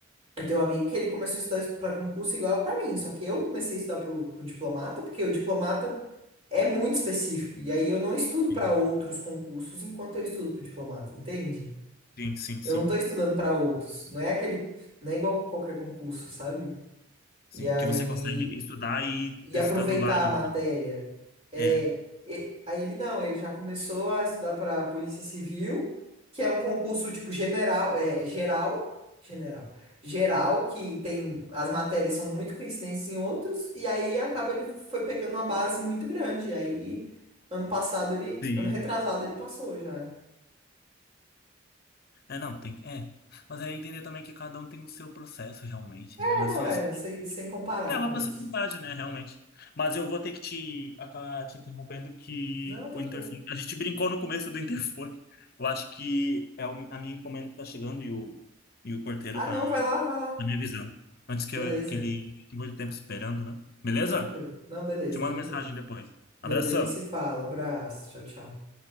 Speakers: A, on the right; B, on the left.
A: eu tenho um amigo que ele começou a estudar para concurso igual para mim, só que eu comecei a estudar pro, pro diplomata, porque o diplomata é muito específico, e aí eu não estudo
B: Sim,
A: para outros concursos enquanto eu estudo pro diplomata, entende?
B: sim, sim, sim.
A: Eu não tô estudando para outros. Não é aquele, não é igual qualquer concurso, sabe?
B: Sim,
A: E aí,
B: que você consegue estudar e ir
A: e
B: testando
A: aproveitar
B: vários,
A: a matéria.
B: né?
A: É,
B: É.
A: e- aí ele não, ele já começou a estudar para Polícia Civil, que é um concurso tipo general, é, geral, general, geral, que tem as matérias são muito coincidentes em outros, e aí acaba ele foi pegando uma base muito grande. E aí, ano passado ele,
B: Sim.
A: ano retrasado ele passou já.
B: É, não, tem. É. Mas é entender também que cada um tem o seu processo, realmente,
A: É,
B: né? Mas
A: não
B: são
A: é,
B: escolhas.
A: não sei, sem
B: e-
A: comparar
B: É uma
A: com outros.
B: possibilidade, né, realmente. Mas eu vou ter que te acabar te interrompendo que
A: Não, tranquilo.
B: o interfone. A gente brincou no começo do interfone. Eu acho que é o- a minha encomenda que tá chegando e o, e o porteiro
A: Ah,
B: tá,
A: não, vai lá,
B: tá
A: vai lá.
B: me avisando. Antes que,
A: Beleza,
B: eu- que ele fique muito tempo esperando, né? Beleza?
A: tranquilo. Não, beleza,
B: Te mando
A: tranquilo.
B: mensagem depois.
A: Depois
B: Abração.
A: a gente se fala. Abraço, tchau, tchau.